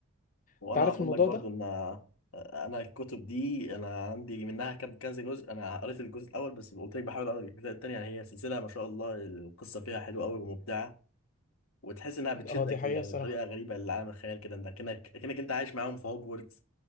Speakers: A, on the left (about 80°); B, on the left (about 40°).
A: وانا
B: انت عارف
A: هقول
B: الموضوع
A: لك برضو
B: ده؟
A: ان آه، انا الكتب دي انا عندي منها كام كذا جزء انا قريت الجزء الاول بس قلت لك بحاول اقرا الجزء الثاني يعني هي سلسله ما شاء الله القصه فيها حلوه قوي ومبدعه وتحس انها بتشدك
B: اه دي حقيقة
A: يعني
B: الصراحة
A: بطريقه غريبه لعالم الخيال كده انت كأنك كأنك انت عايش معاهم في هوجورتس